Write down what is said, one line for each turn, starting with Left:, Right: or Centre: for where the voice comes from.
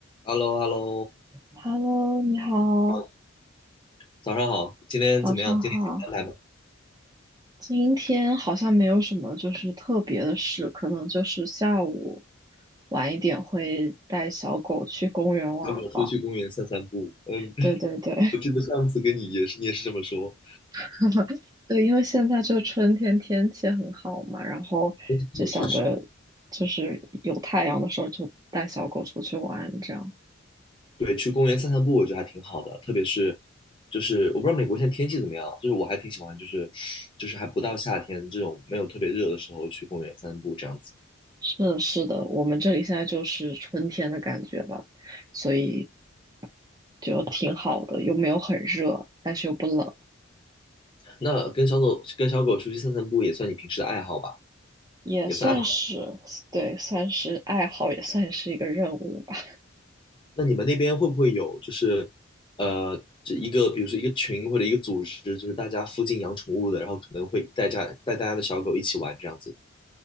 Left: h e l l o h e l l o
Right: Hello，你好，
Left: 好，早上好，今天怎么样？
Right: 早上好。
Left: 今天有安排吗？
Right: 今天好像没有什么就是特别的事，可能就是下午晚一点会带小狗去公园玩吧。
Left: 小狗出去公园散散步。嗯，<laughs>
Right: 对对对，
Left: 我记得上次跟你也是，你也是这么说。
Right: <laughs> 对，因为现在就春天天气很好嘛，然后就想着就是有太阳的时候就带小狗出去玩这样。
Left: 天气不错，确实。对，去公园散散步，我觉得还挺好的，特别是就是我不知道美国现在天气怎么样，就是我还挺喜欢，就是就是还不到夏天这种没有特别热的时候去公园散散步这样子。
Right: 是的，是的，我们这里现在就是春天的感觉吧，所以就挺好的，又没有很热，但是又不冷，
Left: 那跟小狗跟小狗出去散散步也算你平时的爱好吧？
Right: 也算是，
Left: 也算。
Right: 对，算是爱好，也算是一个任务吧。
Left: 那你们那边会不会有就是呃，这一个比如说一个群或者一个组织，就是大家附近养宠物的，然后可能会带家带大家的小狗一起玩这样子，